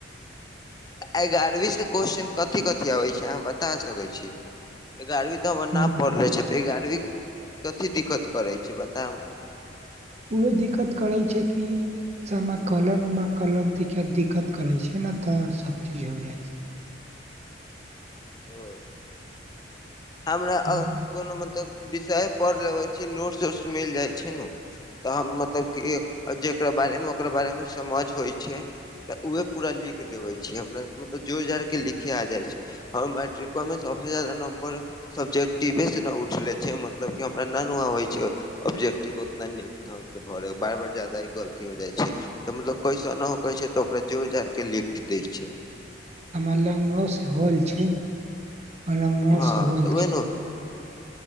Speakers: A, on the left; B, on the right.
A: एगारहवीं से कोसचन कथि- कथि आबै छै अहाँ बता सकै छी। ए गारवी तऽ हमर
B: हूँ
A: ना पड़ले छियै त ए गारवी कथी दिक्कत करे छै बताउ न।
B: उहे दिक्कत करै छै कि। समय कलम उमा कलम तऽ क दिक्कत करै छै, ने तऽ सभचीज हो जाइ छै।
A: ओ। हमरा
B: हँ
A: कोनो मतलब विषय पढ़ लेबे छी, नोट्स- उट्स मिल जाय छै नु। तऽ हम मतलब कि जेकरा बारे मे ओकरा बारे मे समझ होइ छै। तऽ उहे पूरा लिख देवे छी, हमरा मतलब जोड़- जाड़ी के लिखे आ जाय छै। हम मैट्रिको मे सबसँ ज्यादा नंबर। सबजेक्टिव से उठले छै, मतलब हमरा न आबे छै। ऑब्जेक्टिव उतना नीक ढंगग से भरे, बार -बार ज्यादा ही गलती हो जाइ छै। तऽ मतलब कैसन नहि होकै छै तऽ ओकरा जोर -जार के लिख दै छियै।
B: हमर लगनो से होल छै, लगनो
A: हँ
B: से होल
A: तऽ उहे
B: छै।
A: नु